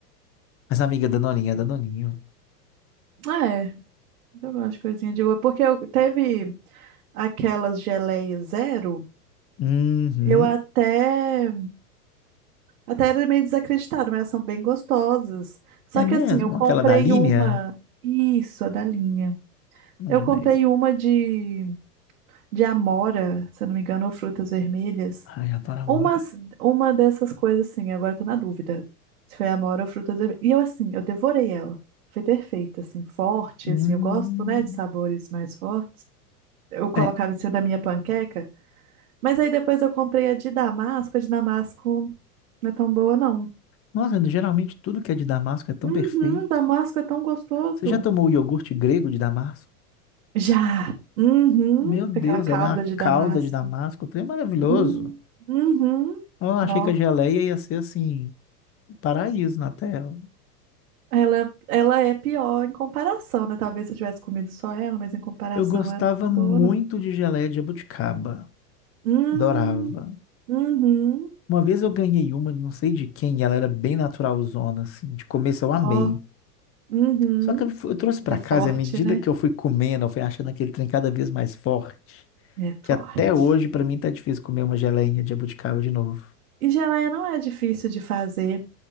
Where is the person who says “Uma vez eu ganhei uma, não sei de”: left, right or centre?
Left